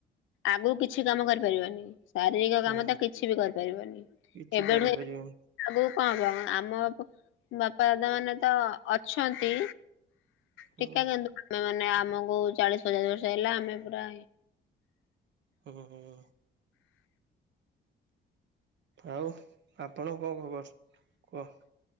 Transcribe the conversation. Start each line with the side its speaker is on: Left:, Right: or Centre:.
Left: ଆଗକୁ କିଛି କାମ କରିବା କରିପାରିବନି ଶାରୀରିକ
Right: ହୁଁ
Left: କାମ ତ କିଛି ବି କରିପାରିବନି।
Right: କିଛି
Left: ଏବେଠୁ
Right: କରିପାରିବନି
Left: ଆଗକୁ କଣ କଣ ଆମ ବାପା ଦାଦା ମାନେ ତ ଅଛନ୍ତି,
Right: ହୁଁ
Left: ଟିକା କିନ୍ତୁ ଆମେ ମାନେ କୋଉ ଚାଳିଶ ପଚାଶ ବର୍ଷ ହେଲା ଆମେ ପୁରା
Right: ହୁଁ ହୁଁ। ଆଉ ଆପଣଙ୍କୁ କଣ ଖବର କୁହ?